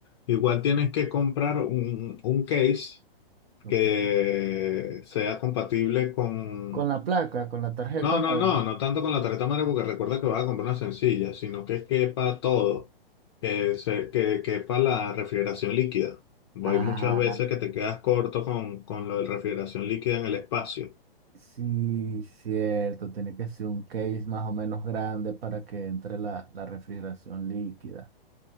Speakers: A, on the left (about 30°); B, on the right (about 80°).
A: Igual tienes que comprar un, un case
B: Ok.
A: que sea compatible con...
B: Con la placa, con la tarjeta
A: No,
B: madre.
A: no, no, no tanto con la tarjeta madre porque recuerda que vas a comprar una sencilla, sino que quepa todo, que, se, que quepa la refrigeración líquida.
B: Ah,
A: Hay muchas veces que te quedas corto con, con lo de refrigeración líquida en el espacio.
B: sí, cierto. Tiene que ser un case más o menos grande para que entre la, la refrigeración líquida.